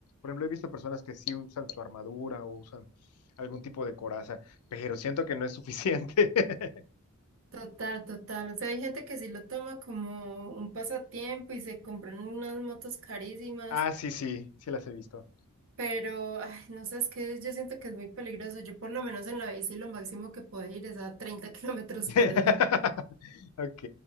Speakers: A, on the left; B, on the right.
A: ejemplo, he visto personas que sí usan su armadura o usan algún tipo de coraza, pero siento que no es suficiente. <laughs>
B: Total, total. O sea, hay gente que sí lo toma como un pasatiempo y se compran unas motos carísimas,
A: Ah, sí, sí, sí las he visto.
B: pero ay, no sé, es que yo siento que es muy peligroso. Yo por lo menos en la bici lo máximo que puedo ir es a 30 <laughs> kilómetros
A: <laughs>
B: por hora.
A: Ok.